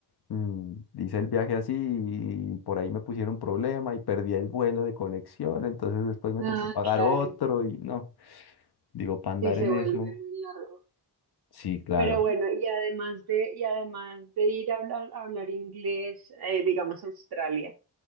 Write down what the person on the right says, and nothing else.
Ah,
claro.
sí se
vuelve
muy largo.
Pero bueno, y además de, y además de ir a hablar, a hablar inglés, eh, digamos Australia,